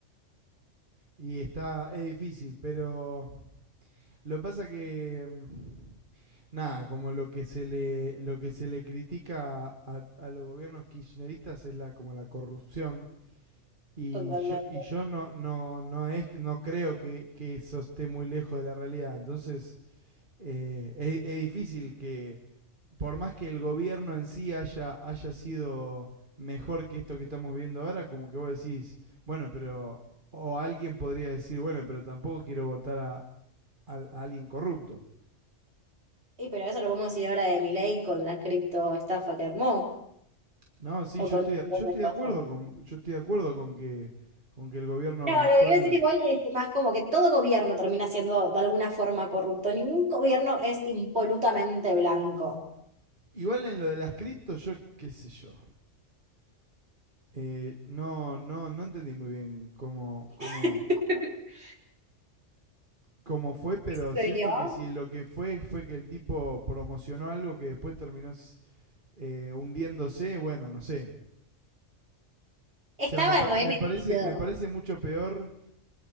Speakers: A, on the right; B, on the right.
A: Y está, es difícil, pero Lo que pasa que. mm, Nada, como lo que se le, lo que se le critica a, a los gobiernos kirchneristas es la, como la corrupción.
B: <laughs>
A: Y
B: Totalmente.
A: yo, y yo no, no, no es que- no creo que, que eso esté muy lejos de la realidad. Entonces, eh, es, es difícil que, por más que el gobierno en sí haya, haya sido mejor que esto que estamos viviendo ahora, como que vos decís, bueno, pero. O alguien podría decir, bueno, pero tampoco quiero votar a, a- a alguien corrupto.
B: Y pero eso lo podemos decir ahora de Milei con la criptoestafa que armó
A: No, sí,
B: o
A: yo
B: con
A: estoy,
B: un montón
A: yo estoy
B: de
A: de
B: cosas.
A: acuerdo con, yo estoy de acuerdo con que, con que el gobierno
B: No,
A: actual,
B: lo que quiero decir igual es más como que todo gobierno termina siendo de alguna forma corrupto. Ningún gobierno es impolutamente blanco.
A: igual en lo de las criptos, yo qué sé yo, Eh, no, no, no entendí muy bien cómo, cómo,
B: <laughs>
A: cómo fue, pero
B: ¿Se
A: siento
B: vio?
A: que si lo que fue fue que el tipo promocionó algo que después terminó eh, hundiéndose, bueno, no sé.
B: Estaba
A: O sea, me, par-
B: remetido.
A: me parece, me parece mucho peor